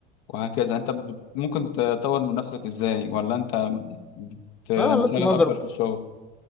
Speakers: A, on the left; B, in the centre.
A: وهكذا انت بت- ممكن تطور من نفسك ازاي ولا انت بتنشغل
B: لا على قد ما
A: اكتر
B: اقدر
A: في الشغل